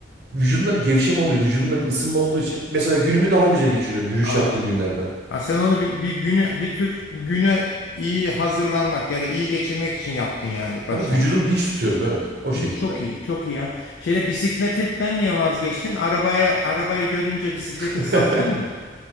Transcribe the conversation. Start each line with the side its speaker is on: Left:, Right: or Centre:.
Right: vücudumda bir gevşeme oluyor. Vücudumda bir ısınma olduğu için. Mesela günümü daha güzel geçiriyorum yürüyüş
Left: Anladım.
Right: yaptığım günlerde.
Left: Ha, sen onu bir, bir güne bir tür güne iyi hazırlanmak ya da iyi geçirmek için yaptın yani
Right: Tabii
Left: baştan.
Right: vücudumu dinç tutuyorum evet. O şekilde.
Left: Hı, çok iyi, çok iyi ya. Şeyde bisikletten niye vazgeçtin? Arabaya arabayı görünce bisikleti
Right: <laughs>
Left: sattın mı?